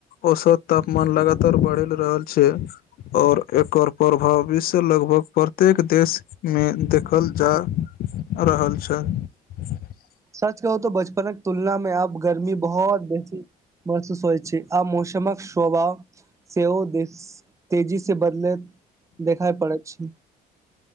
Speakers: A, on the left; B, on the right.
A: औसत तापमान लगातार बढ़ि रहल छै और एकर प्रभावीस ल लगभग प्रत्येक देशमे देखल जा रहल छल <inaudible>
B: सच कहुं त बचपनक तुलना में आब गर्मी बहुत बेसी महसूस होइ छै आ मौसमक स्वभाव सेहो दे तेजी से बदलैत देखाइ पड़त छै